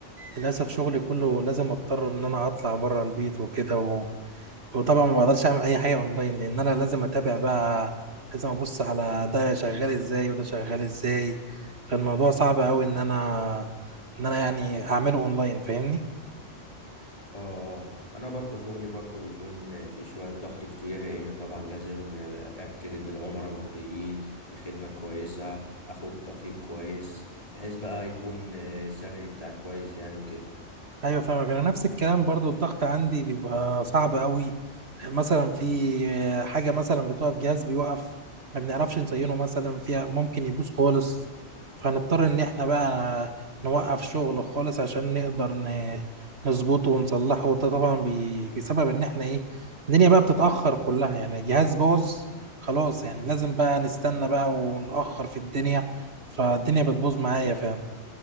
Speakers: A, on the right; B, on the left.
A: للاسف شغلي كله لازم اضطر ان انا اطلع بره البيت وكده و... وطبعا ما بقدرش اعمل اي حاجه اونلاين لان انا لازم اتابع بقى لازم ابص على ده شغال ازاي وده شغال ازاي فالموضوع صعب قوي ان انا ان انا يعني اعمله اونلاين فاهمني
B: اه انا برضو شغلي برضو بيكون في شوية ضغط كتير لان طبعا لازم اتاكد ان العملاء مرضيين الخدمة كويسة اخد تقييم كويس بحيث بقى يكون السالري بتاعي كويس يعني وكده
A: ايوه فاهمك انا نفس الكلام برضو الضغط عندي بيبقى صعب قوي مثلا في حاجه مثلا بتقف جهاز بيوقف ما بنعرفش نزينه مثلا فيها ممكن يبوظ خالص فهنضطر ان احنا بقى نوقف شغل خالص عشان نقدر ن- نظبطه ونصلحه وده طبعا بي- بسبب ان احنا ايه الدنيا بقى بتتاخر كلها يعني جهاز باظ خلاص يعني لازم بقى نستنى بقى ونأخر في الدنيا فالدنيا بتبوظ معايا فعلا